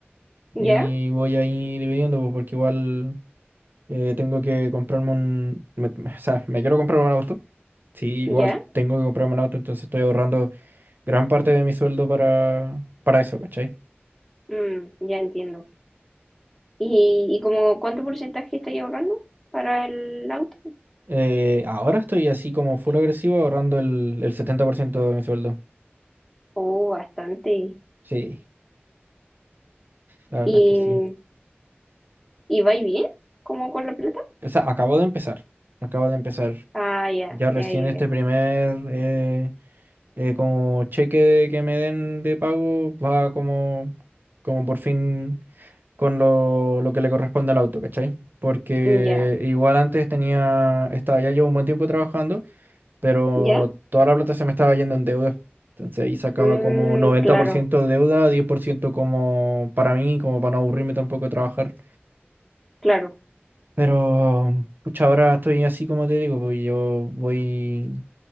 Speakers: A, in the centre; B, on the right (about 50°).
A: ¿Ya?
B: y voy ahí dividiendo, pues, porque igual eh, tengo que comprarme un... me- me- o sea, me quiero comprar un auto. Sí, igual
A: ¿Ya?
B: tengo que comprarme un auto, entonces estoy ahorrando gran parte de mi sueldo para, para eso, ¿cachai?
A: Mm, ya entiendo. ¿Y, y como cuánto porcentaje estáis ahorrando para el auto?
B: Eh, ahora estoy así como full agresivo ahorrando el, el 70% de mi sueldo.
A: Oh, bastante.
B: Sí, la verdad
A: ¿Y,
B: es que sí.
A: y vais bien? ¿Cómo con la plata?
B: O sea, acabo de empezar. Acabo de empezar.
A: Ah, ya,
B: Ya recién
A: ya, ya,
B: este
A: ya.
B: primer eh, eh, como cheque de- que me den de pago va como, como por fin con lo, lo que le corresponde al auto, ¿cachai? Porque
A: Ya,
B: igual antes tenía, estaba, ya llevo un buen tiempo trabajando, pero
A: ya.
B: toda la plata se me estaba yendo en deuda. Entonces ahí sacaba
A: Mm,
B: como 90%
A: claro.
B: deuda, 10% como para mí, como para no aburrirme tampoco de trabajar.
A: Claro,
B: Pero, pucha, ahora estoy así como te digo, pues yo voy,